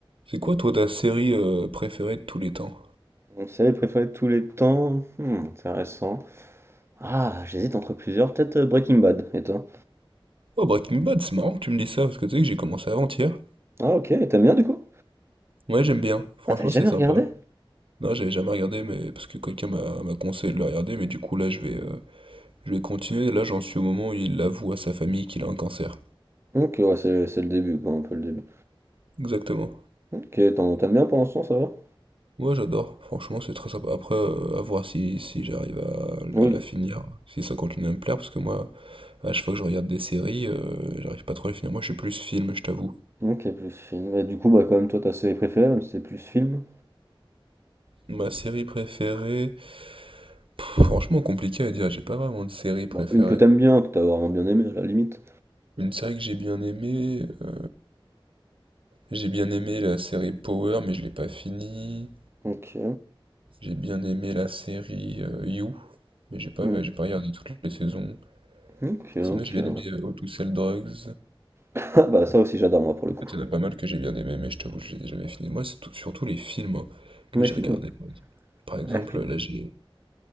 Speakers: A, on the right (about 70°); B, on the right (about 25°).
A: C'est quoi toi ta série euh, préférée de tous les temps?
B: Mon série préférée de tous les temps? Hmm, intéressant. Ah, j'hésite entre plusieurs. Peut-être euh, Breaking Bad, et toi?
A: Oh Breaking Bad, c'est marrant que tu me dis ça, parce que tu sais que j'ai commencé avant-hier.
B: Ah, ok, et t'aimes bien du coup?
A: Ouais j'aime bien, franchement
B: Ah, t'avais jamais
A: c'est sympa.
B: regardé?
A: Non j'avais jamais regardé mais parce que quelqu'un m'a m'a conseillé de le regarder, mais du coup là je vais euh, je vais continuer. Là j'en suis au moment où il avoue à sa famille qu'il a un cancer.
B: Ok, ouais, c'est c'est le début, quoi, un peu le début.
A: Exactement.
B: Ok, t'en- t'aimes bien pour l'instant, ça va?
A: Moi j'adore, franchement c'est très sympa. Après euh, à voir si, si j'arrive à,
B: Oui.
A: à la finir, si ça continue à me plaire, parce que moi à chaque fois que je regarde des séries, euh, j'arrive pas trop à les finir. Moi je suis plus film, je t'avoue.
B: Ok, plus film. Et du coup, bah, quand même, toi, ta série préférée, même si c'est plus film.
A: Ma série préférée. Pff, Franchement, compliqué à dire, j'ai pas vraiment de série préférée.
B: Bah, une que t'aimes bien, que t'as vraiment bien aimé, à la limite.
A: Une série que j'ai bien aimée, euh, j'ai bien aimé la série Power, mais je l'ai pas finie.
B: Ok.
A: J'ai bien aimé la série euh, You, mais j'ai pas,
B: Hmm,
A: j'ai pas regardé toutes les saisons.
B: Ok, ok.
A: Sinon, j'ai
B: ouais.
A: bien aimé
B: <laughs>
A: euh, How to Sell Drugs.
B: Ah, bah, ça aussi, j'adore, moi, pour le
A: En
B: coup.
A: fait, il y en a pas mal que j'ai bien aimé, mais je t'avoue, je les ai jamais finis. Moi, c'est tout- surtout les films hein, que
B: Mes
A: j'ai
B: films?
A: regardés, par exemple. Par exemple,
B: Ah, film.
A: là, j'ai